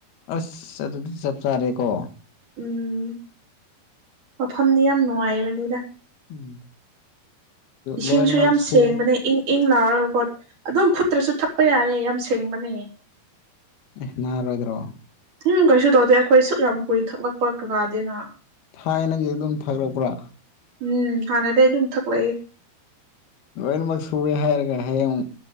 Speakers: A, on the left; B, on the right.
A: ꯑꯁ ꯑꯗꯨꯗꯤ ꯆꯞ ꯆꯥꯔꯦꯀꯣ
B: ꯎꯝ ꯃꯐꯝꯗꯤ ꯌꯥꯝ ꯅꯨꯡꯉꯥꯏꯕꯅꯤꯗ
A: ꯎꯝ
B: ꯏꯁꯤꯡꯁꯨ
A: ꯂꯣꯏꯅꯃꯛ
B: ꯌꯥꯝ
A: ꯁꯨ
B: ꯁꯦꯡꯕꯅꯦ ꯏꯪ ꯏꯪ ꯂꯥꯎꯔꯒꯀꯣꯠ ꯑꯗꯨꯝ ꯐꯨꯠꯇ꯭ꯔꯁꯨ ꯊꯛꯄ ꯌꯥꯔꯦ ꯌꯥꯝ ꯁꯦꯡꯕꯅꯦꯌꯦ
A: ꯑꯦ ꯅꯥꯔꯣꯏꯗ꯭ꯔꯣ
B: ꯎꯝ ꯀꯩꯁꯨ ꯇꯧꯗꯦ ꯑꯩꯈꯣꯏ ꯁꯨꯛ ꯌꯥꯝ ꯀꯨꯏꯅ ꯊꯛꯂꯛꯄ ꯀꯅꯥꯗꯦꯅ
A: ꯊꯥꯏꯅꯒꯤ ꯑꯗꯨꯝ ꯊꯥꯂꯛꯄ꯭ꯔꯥ
B: ꯎꯝ ꯍꯥꯟꯅꯗꯒꯤ ꯑꯗꯨꯝ ꯊꯛꯂꯛꯏ
A: ꯂꯣꯏꯅꯃꯛ ꯁꯨꯑꯦ ꯍꯥꯏꯔꯒ ꯍꯌꯦꯡ